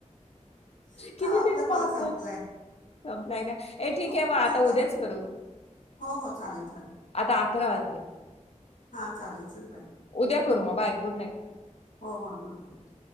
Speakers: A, on the left; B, on the left.
A: आता
B: किती
A: आपला
B: ते
A: कॉल
B: पाप
A: संपलाय
B: संपलाय काय? हे ठीक
A: तू
B: आहे म आता
A: तू कर
B: उद्याच करू
A: हो हो चालेल चालेल
B: आता अकरा वाजले.
A: हा चालेल चल बाय.
B: उद्या करू मग बाय गुड नाईट.
A: हो हो गुड नाईट.